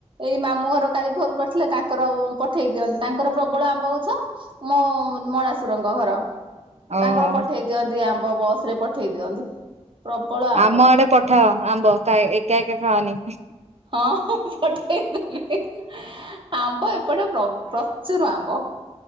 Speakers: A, on the right; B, on the right.
A: ଏଇ ମାମୁଁ ଘର କାଲି ଫୋନ କରିଥିଲେ ତାଙ୍କର ପଠେଇ ଦିଅନ୍ତି ତାଙ୍କର ପ୍ରବଳ ଆମ୍ବ ଗଛ। ମୋ ମଳାସୁରଙ୍କ ଘର
B: ଓହୋ।
A: ତାଙ୍କର ପଠେଇ ଦିଅନ୍ତି ଆମ୍ବ ବସ ରେ ପଠେଇ ଦିଅନ୍ତି। ପ୍ରବଳ ଆମ୍ବ।
B: ଆମ ଆଡେ ପଠାଅ ଆମ୍ବ ଏକା ଏକା ଖାଅନି।
A: ହଁପଟ ଆମ୍ବ ଏପଟେ ପ୍ରଚୁର ଆମ୍ବ